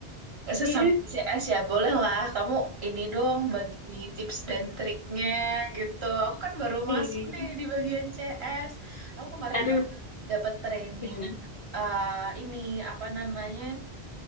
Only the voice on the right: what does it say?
Eh, sesama
CS ya, boleh lah. Kamu ini dong bagi tips dan triknya gitu. Aku kan baru
masuk nih di bagian CS. Aku kemarin
tuh dapat training
eh ini apa namanya?